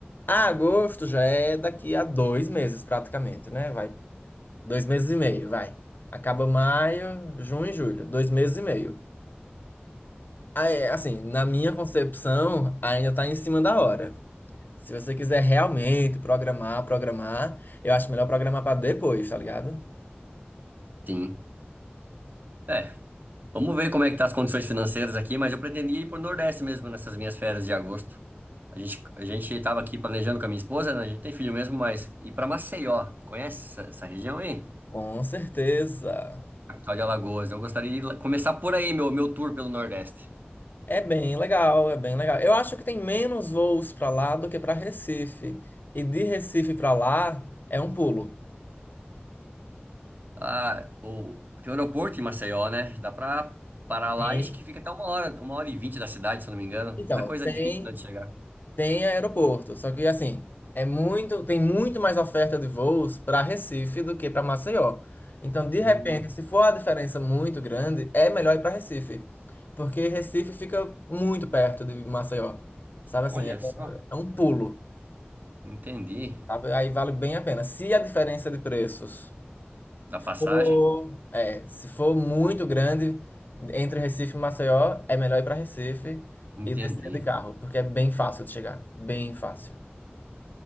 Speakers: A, on the left; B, on the right.
A: Ah, Agosto já é daqui a dois meses praticamente, né? Vai Dois meses e meio, vai. Acaba maio, junho e julho. Dois meses e meio. Aí, assim, na minha concepção, ainda tá em cima da hora. Se você quiser realmente programar, programar, eu acho melhor programar pra depois, tá ligado?
B: Sim. É. Vamos ver como é que tá as condições financeiras aqui, mas eu pretendia ir pro Nordeste mesmo nessas minhas férias de agosto. A gente, a gente tava aqui planejando com a minha esposa, né? A gente tem filho mesmo, mas ir pra Maceió. Conhece essa, essa região aí?
A: Com certeza.
B: Capital de Alagoas. Eu gostaria de ir lá- começar por aí, meu, meu tour pelo Nordeste.
A: É bem legal, é bem legal. Eu acho que tem menos voos pra lá do que pra Recife. E de Recife pra lá é um pulo.
B: Ah, o, tem um aeroporto em Maceió, né? Dá pra parar lá
A: Tem.
B: e acho que fica até uma hora, uma hora e vinte da cidade, se eu não me engano.
A: Então,
B: Não é coisa
A: tem.
B: difícil não, de chegar.
A: Tem aeroporto, só que assim, é muito, tem muito mais oferta de voos para Recife do que para Maceió. Então, de
B: Hum,
A: repente, se for a diferença muito grande, é melhor ir para Recife, porque Recife fica muito perto de Maceió. Sabe assim,
B: olha
A: é,
B: só.
A: é um pulo,
B: Entendi.
A: sabe? Aí vale bem a pena. Se a diferença de preços
B: Da passagem?
A: for, é, se for muito grande entre Recife e Maceió, é melhor ir para Recife
B: Entendi.
A: e descer de carro, porque é bem fácil de chegar, bem fácil.